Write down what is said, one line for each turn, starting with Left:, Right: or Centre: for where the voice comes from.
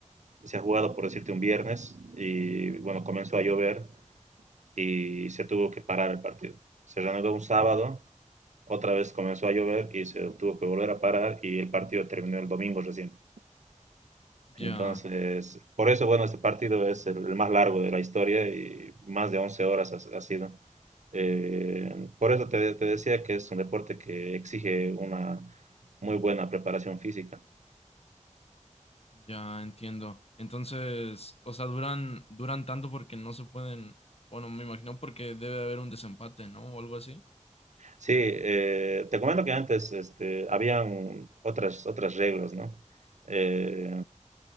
Right: se ha jugado, por decirte, un viernes y bueno, comenzó a llover y se tuvo que parar el partido. Se reanudó un sábado, otra vez comenzó a llover y se tuvo que volver a parar y el partido terminó el domingo recién. Entonces,
Left: Ya,
Right: por eso, bueno, este partido es el, el más largo de la historia y más de 11 horas ha, ha sido. Eh, por eso te, te decía que es un deporte que exige una muy buena preparación física.
Left: ya entiendo. Entonces, o sea, duran, duran tanto porque no se pueden, bueno, me imagino porque debe haber un desempate, ¿no? O algo así.
Right: Sí, eh, te comento que antes este, habían otras, otras reglas, ¿no? Eh,